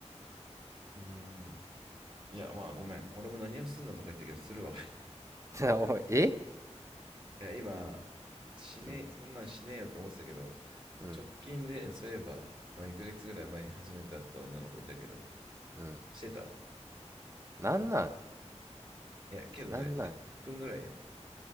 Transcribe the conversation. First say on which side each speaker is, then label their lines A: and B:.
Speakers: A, on the right; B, on the right.
A: うんいや、まあごめん。俺も何をすんのとか言ったけど、するわ。
B: <laughs> おい、え
A: いや、今、しねえ、
B: うん、
A: そんなんしねえよと思ってたけど、
B: うん、
A: 直近で、そういえば、まあ1ヶ月ぐらい前に初めて会った女の子いたけど、
B: うん。
A: してたわ。
B: なんなん
A: いや、けどね、
B: なんなん
A: 30分ぐらいよ。